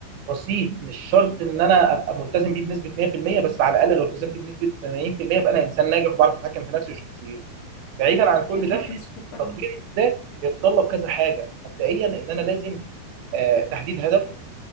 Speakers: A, on the right; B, on the left.
A: بسيط مش شرط ان انا ابقى ملتزم بيه بنسبه 100% بس على الاقل لو التزمت بنسبه 80% يبقى انا انسان ناجح وبعرف اتحكم في نفسي وشخصيتي بعيدا عن كل
B: كلامك
A: ده
B: مظبوط طبعا
A: تطوير الذات يتطلب كذا حاجه مبدئيا ان انا لازم آه، تحديد هدف